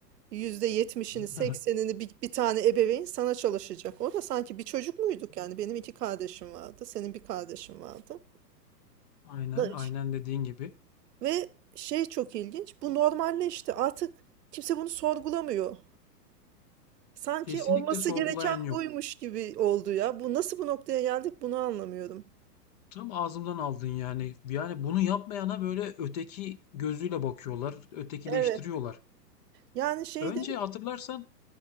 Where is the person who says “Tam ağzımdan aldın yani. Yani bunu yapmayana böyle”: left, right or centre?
Left